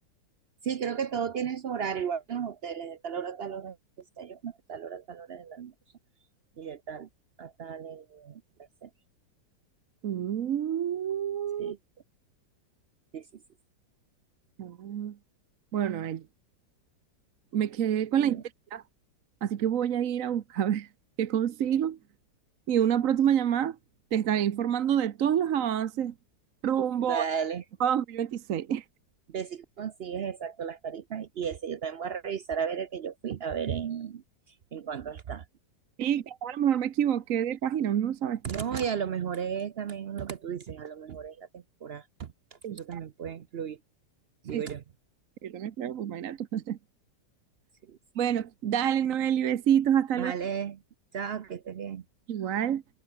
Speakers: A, on the right; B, on the right.
A: Sí, creo que todo tiene su horario, igual que en los hoteles, de tal hora a tal hora el desayuno, de tal hora a tal hora el almuerzo y de tal a tal el, la cena.
B: Mm.
A: Sí, sí, sí, sí,
B: Ah, Bueno, Noel, me quedé con
A: sí.
B: la intriga, así que voy a ir a buscar a ver <laughs> qué consigo y en una próxima llamada te estaré informando de todos los avances rumbo
A: Dale,
B: a dos mil veintiséis <laughs>
A: ve si consigues exacto las tarifas y ese yo también voy a revisar a ver el que yo fui, a ver en, en cuánto está.
B: Y capaz a lo mejor me equivoqué de página, uno no sabe.
A: No, y a lo mejor es también lo que tú dices, a lo mejor es la temporada,
B: Sí,
A: eso también puede influir,
B: sí,
A: digo yo.
B: yo también creo, pues imagínate tú. <laughs>
A: Sí, sí.
B: Bueno, dale, Noel, y besitos, hasta
A: Vale,
B: luego.
A: chao, que estés bien.
B: Igual.